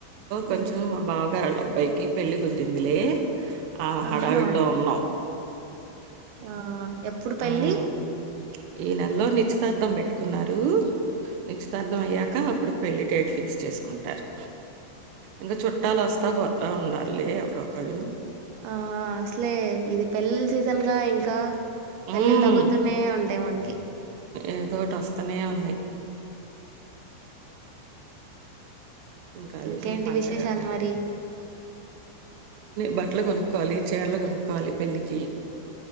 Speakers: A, on the right (about 70°); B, on the right (about 85°).
A: కొంచెం
B: మ్మ్
A: మా బావగారు లబ్ అబ్బాయికి పెళ్లి కుదిరిందిలే ఆ హడావిడిలో
B: ఆహా
A: ఉన్నాం
B: ఆ ఎప్పుడు పెళ్లి
A: హ్మ్. ఈ నెలలో నిశ్చితార్థం పెట్టుకున్నారు నిశితార్థం అయ్యాక అప్పుడు పెళ్లి డేట్ ఫిక్స్ చేస్ కుంటారు ఇంకా చుట్టాలు వస్తా పోత ఉన్నారులే ఎవరొ ఒకళ్ళు
B: ఆ అసలే ఇది పెళ్ళిల సీజన్ గా ఇం క్క
A: హ్మ్
B: పెళ్ళిలు తగులుతూనే ఉంటాయి మనకి
A: ఏదో ఒకటి వస్తనే ఉన్నాయి ఇంకా అండి
B: ఇంకేంటి
A: ఎమ్ పనిలేద
B: విశేషాలు మరి
A: బట్లు కొనుక్కోవాలి చీరలు కొనుక్కవాలి పెళ్లికి